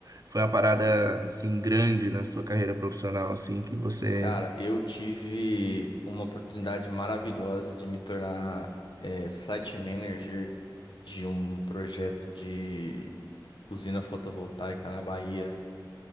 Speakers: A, on the right (about 50°); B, on the left (about 80°).
A: foi uma parada, assim, grande na sua carreira profissional, assim, que você...
B: Cara, eu tive uma oportunidade maravilhosa de me tornar é, site manager de um projeto de usina fotovoltaica na Bahia.